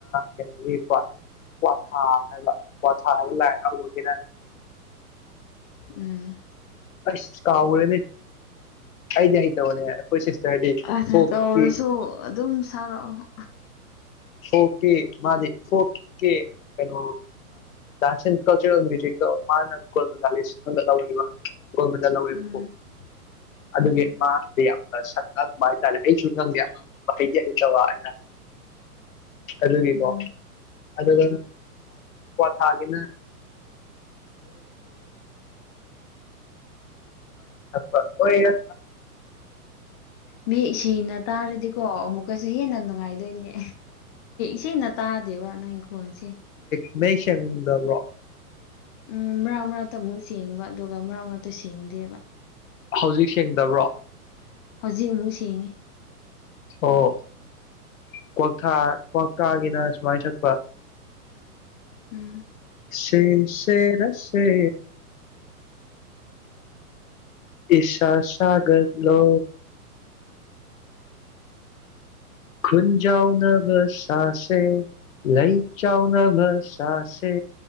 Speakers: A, on the left; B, on the left.
A: ꯀꯩꯅꯣꯒꯤ ꯀ ꯀ꯭ꯋꯥꯊꯥ ꯍꯥꯏꯕ ꯊꯜꯅ ꯂꯥꯏꯔ ꯍꯒꯔ
B: ꯎꯝ
A: ꯁ ꯀꯥꯦꯅꯦ ꯍꯥꯏꯗꯤ ꯅꯦ ꯑꯩ ꯄꯣꯏ ꯁꯤꯁ ꯍꯥꯏꯗꯤ
B: ꯑꯗ
A: ꯍ
B: ꯀꯧꯔꯁꯨ ꯑꯗꯨꯝ ꯁꯥꯔꯛꯑꯣ
A: ꯑꯣꯀꯦ ꯃꯥꯗꯤ ꯑꯣꯀꯦ ꯀꯩꯅꯩꯅꯣ ꯁꯟ ꯀꯜꯆꯔ ꯃꯥꯅꯒꯣꯃꯤ ꯌꯣꯟꯕꯗ ꯂꯧꯋꯦꯕꯀꯣ
B: ꯎꯝ
A: ꯑꯗꯨꯒꯤ
B: ꯎꯝ
A: ꯃꯥꯡꯗꯨꯗꯤ ꯌꯥꯝ ꯁ ꯍꯥꯏꯇꯥꯔꯦ ꯑꯩꯁꯨꯨ ꯅ ꯌꯥꯝꯗꯤ ꯑꯩꯅ ꯍꯂꯨꯒꯤꯀꯣ
B: ꯎꯝ
A: ꯑꯗꯨꯒ ꯀ꯭ꯋꯥꯊꯥꯒꯤꯅ ꯍ ꯋꯥꯄ ꯑꯣꯏꯔ
B: ꯃ ꯏꯁꯩꯅ ꯇꯥꯔꯗꯤꯀꯣ ꯑꯃꯨꯛꯀꯁꯨ ꯍꯦꯟꯅ ꯅꯨꯡꯉꯥꯏꯗꯣꯏꯅꯦ ꯁꯤꯅ ꯇꯥꯗꯦꯕ ꯅꯪꯪꯈꯣꯟꯣꯟꯁꯦ
A: ꯃꯩ ꯁꯪꯗꯕ꯭ꯔꯣ
B: ꯎꯝ ꯃꯔꯛ ꯃꯔꯛꯇ ꯑꯃꯨꯛ ꯁꯦꯡꯕ ꯑꯗꯨꯒ ꯃꯔꯛ ꯃꯔꯛꯇ ꯁꯦꯡꯗꯦꯕ
A: ꯍꯧꯖꯤꯛ ꯁꯦꯡꯗꯕ꯭ꯔꯣ
B: ꯍꯧꯖꯤꯛ ꯑꯃꯨꯛ ꯁꯦꯡꯉꯤ
A: ꯑꯣ ꯀ꯭ꯋꯥꯛꯊ ꯀ꯭ꯋꯥꯛꯇꯥꯒꯤꯅ ꯁꯨꯃꯥꯏꯅ ꯁꯠꯄ
B: ꯎꯝ
A: ꯁꯦ ꯁꯦ ꯔꯁꯦ ꯏꯁꯥ ꯁꯒꯠꯂꯣ ꯈꯨꯨꯟꯖꯥꯎ ꯅꯕꯁꯥꯁꯦ ꯂꯩ ꯆꯥꯎꯅꯕꯁꯥꯁꯦ